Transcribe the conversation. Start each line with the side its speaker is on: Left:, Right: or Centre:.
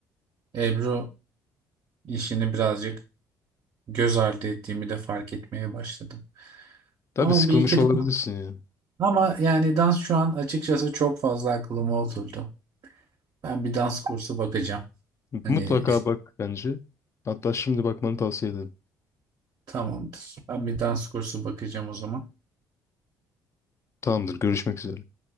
Right: Ebru işini birazcık göz ardı ettiğimi de fark etmeye başladım.
Left: Tabii
Right: Ama
Left: sıkılmış
Right: bir iki
Left: olabilirsin
Right: dans.
Left: ya.
Right: Ama yani dans şu an açıkçası çok fazla aklıma oturdu. Ben bir dans kursu bakacağım. Hani
Left: Mutlaka bak bence. Hatta şimdi bakmanı tavsiye ederim.
Right: <laughs> tamamdır. Ben bir dans kursu bakacağım o zaman.
Left: Tamamdır, görüşmek üzere.